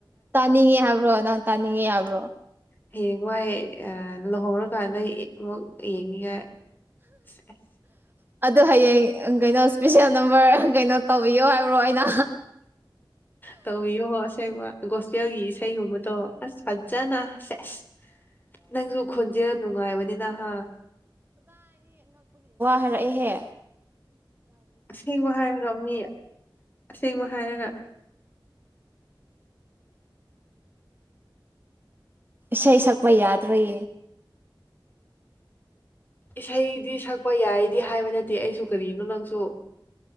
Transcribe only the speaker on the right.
ꯇꯥꯅꯤꯡꯉꯤ ꯍꯥꯏꯕ꯭ꯔꯣ ꯅꯪ ꯇꯥꯅꯤꯡꯉꯦ ꯍꯥꯏꯕ꯭ꯔꯣ
ꯑꯗꯨꯣ ꯍꯌꯦꯡ ꯀꯩꯅꯣ ꯏꯁꯄꯤꯁꯦꯜ ꯅꯝꯕꯔ ꯀꯩꯅꯣ ꯇꯧꯕꯤꯌꯣ ꯍꯥꯏꯕ꯭ꯔꯣ ꯑꯩꯅ
ꯐꯔꯛꯑꯦꯍꯦ
ꯁꯩ ꯁꯛꯄꯩ ꯌꯥꯗꯕꯏ